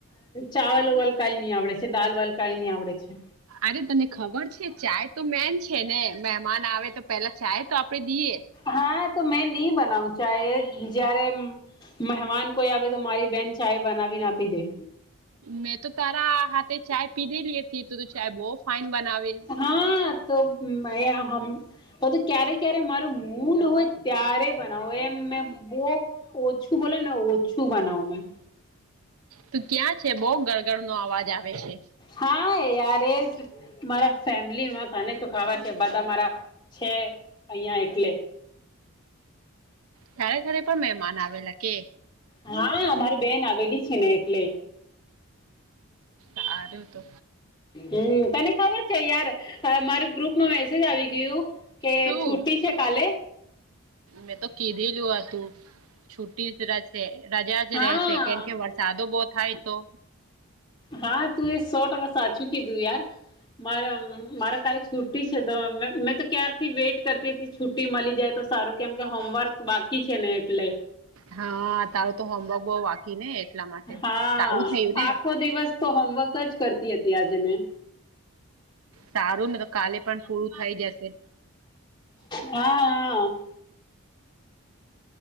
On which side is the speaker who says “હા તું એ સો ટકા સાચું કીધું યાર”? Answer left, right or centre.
Left